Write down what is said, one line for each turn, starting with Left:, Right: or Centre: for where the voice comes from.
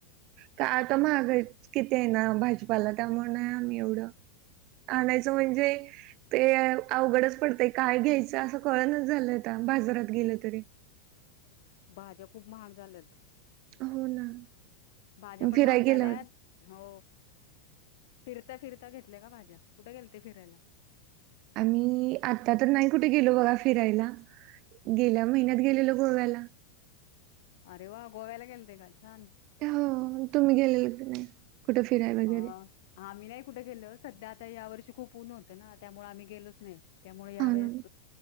Right: का आता महागाय किती आहे ना भाजपाला त्यामुळे आहे आम्ही एवढं आणायच म्हणजे ते अवघडच पडतंय काय घ्यायचं असं कळनच झालंयता बाजारात गेलं तरी
Left: भाज्या खूप महाग झाल्यात
Right: हो ना
Left: भाज्या पण
Right: फिराय
Left: महाग
Right: गेला
Left: झाल्यात हो फिरता फिरता घेतल्या का भाज्या कुठे गेलता फिरायला
Right: आणि आता तर नाही कुठे गेलो बघा फिरायला गेल्या महिन्यात गेलेलो गोव्याला
Left: अरे वा गोव्याला गेल ते का छान
Right: हो तुम्ही गेलेले नाही कुठे फिराय वगैरे
Left: अ आम्ही नाही कुठे गेलो सध्या आता या वर्षी खूप उन होत ना त्यामुळे आम्ही गेलोच नाही त्यामुळे यावेेळेस
Right: हा ना